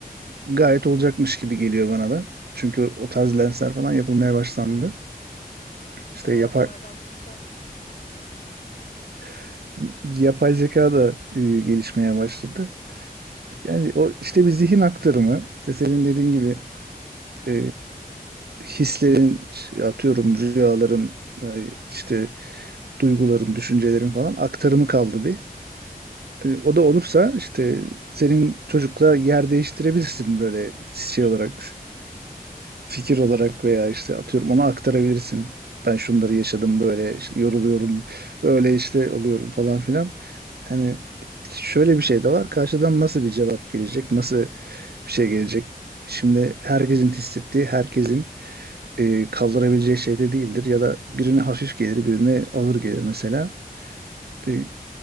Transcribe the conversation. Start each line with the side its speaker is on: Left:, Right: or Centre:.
Right: gayet olacakmış gibi geliyor bana da. Çünkü o tarz lensler falan yapılmaya başlandı.
Left: Değil mi? Uçan
Right: İşte
Left: arabalardan
Right: yapay
Left: tut da.
Right: <laughs> yapay zeka da e, gelişmeye başladı. Yani o işte bir zihin aktarımı, işte senin
Left: <laughs> Hı hı.
Right: dediğin gibi e, hislerin, işte atıyorum rüyaların, e, işte duyguların, düşüncelerin falan aktarımı kaldı bir. E, o da olursa işte senin çocukla yer değiştirebilirsin böyle şey
Left: <laughs>
Right: olarak, fikir olarak veya işte atıyorum ona aktarabilirsin. Ben şunları yaşadım böyle işte yoruluyorum, böyle işte oluyorum falan filan. Hani şöyle bir şey de var. Karşıdan nasıl bir cevap gelecek, nasıl bir şey gelecek? Şimdi herkesin hissettiği, herkesin e, kaldırabileceği şeyde değildir ya da birine hafif gelir, birine ağır gelir mesela.
Left: Evet.
Right: E,